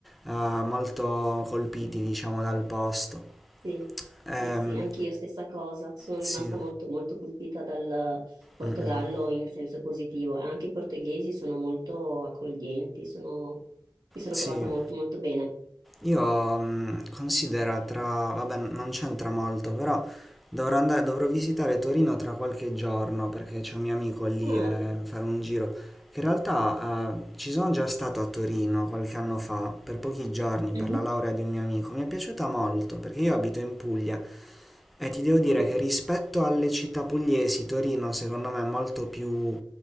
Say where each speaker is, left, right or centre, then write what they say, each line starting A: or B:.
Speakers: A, in the centre; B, on the right.
A: eh, molto colpiti, diciamo, dal posto.
B: Sì,
A: Ehm,
B: sì, sì, anch'io stessa cosa, sono
A: sì,
B: rimasta molto molto colpita dal Portogallo
A: mm, mm.
B: in senso positivo e anche i portoghesi sono molto accoglienti, sono- mi sono
A: sì.
B: trovata molto molto bene.
A: Io mm, considera tra... vabbè, non c'entra molto, però dovrò andare, dovrò visitare Torino tra qualche giorno perché c'è un mio amico lì
B: Ah,
A: e fare un giro. Che in realtà eh, ci sono già stato a Torino qualche anno fa, per pochi giorni, per
B: mhm,
A: la laurea di un mio amico. Mi è piaciuta molto perché io abito in Puglia E ti devo dire
B: mm,
A: che rispetto alle città pugliesi, Torino secondo me è molto più,